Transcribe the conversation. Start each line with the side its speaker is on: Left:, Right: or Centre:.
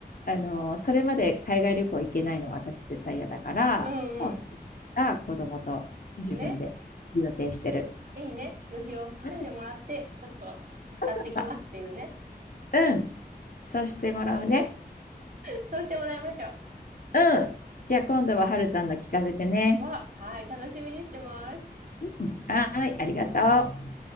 Left: の、それまで海外旅行行けないのは私絶対嫌だから、
Right: うんうん。
Left: もうそれから子供と自分で予定してる。
Right: ね。いいね。旅費を稼いでもらって、
Left: うん、そう
Right: ちょっと使ってきますっていうね。
Left: そうそううん、そうしてもらうね。
Right: そうしてもらいましょ
Left: うん。じゃあ今度は春さんの聞かせてね。
Right: う。わはい、楽しみにしてます。
Left: うんはーい、ありがとう。